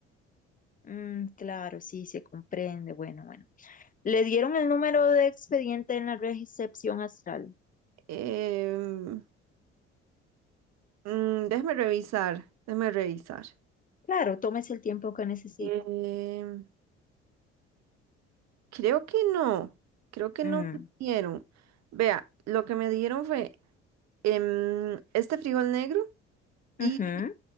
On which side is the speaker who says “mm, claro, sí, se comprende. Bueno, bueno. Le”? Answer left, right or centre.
Left